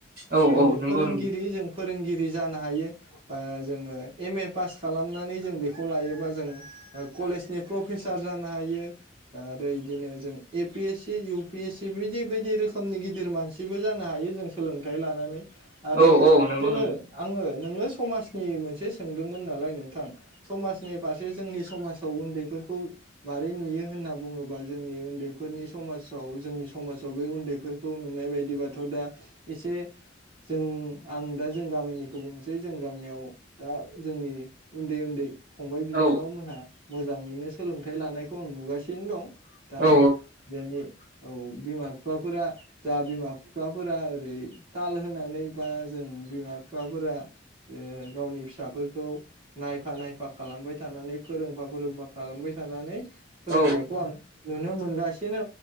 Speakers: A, on the right; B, on the right.
A: औ
B: जोंनि
A: औ नंगौ
B: फोरोंगिरि
A: नंगौ
B: जों फोरोंगिरि जानो हायो ब जोङो एम ए पास खालामनानै जों बेखौ लायोबा जों कलेजनि प्रफेसार जानो हायो आरो बिदिनो जों A P S C U P S C बिदि बायदि रोखोम रोखोमनि गिदिर मानसिबो जानो हायो जों सोलोंथाइ लानानै आरो
A: औ औ नंगौ
B: जोङो
A: नंगौ
B: आङो नोङो समाजनि मोनसे सोंदोंमोन नालाय नोंथां समाजनि फारसे जोंनि समाजाव उन्दैफोरखौ मारै नुयो होन्ना बुङोबा जोंनि उन्दै फोरनि समाजाव जोंनि समाजाव बे उन्दै फोरफोरखौ नुनाय बायदिबाथ' दा एसे जों आं दा जों गामिनिखौ बुंनोसै जै जों गामियाव दा जोंनि उन्दै उन्दै फंबाय बिनानाव
A: औ
B: मोनहा मोजाङैनो सोलों थाय लानायखौ आं नुगासिनो दं दा
A: औ
B: बेनि औ बिमा बिफाफोरा जा बिमा बिफाफोरा ओरै ताल होनानै बा जों बिमा बिफाफोरा गावनि फिसाफोरखौ नायफा नायफा खालामबाय। थानानै फोरोंफा फोरोंफा खालामबाय थानानै। फोरनायखं
A: औ
B: आं नुनो मोनगासिनो